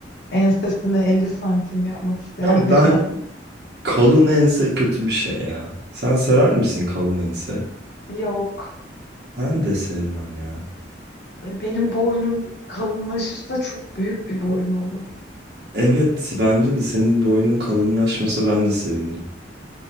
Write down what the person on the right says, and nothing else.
Ya
ben
Kalın ense kötü bir şey ya. Sen sever misin kalın ense?
Ben de sevmem ya.
Evet, bence de senin boynun kalınlaşmasa ben de sevinirim.